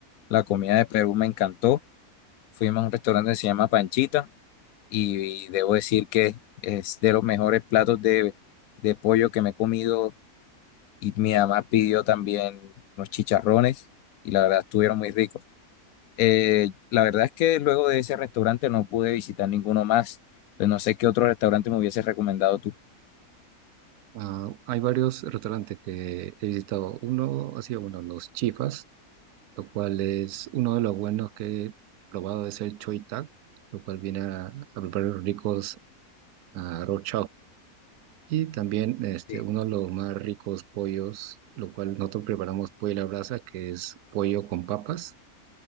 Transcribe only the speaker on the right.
Ah, hay varios restaurantes que he visitado. Uno ha sido, bueno, Los Chifas, lo cual es uno de los buenos que he probado, es el Choy Tag, lo cual viene a, a preparar ricos ah, arroz Y también este,
uno de los más ricos pollos, lo cual nosotros preparamos pollo a la brasa, que es pollo con papas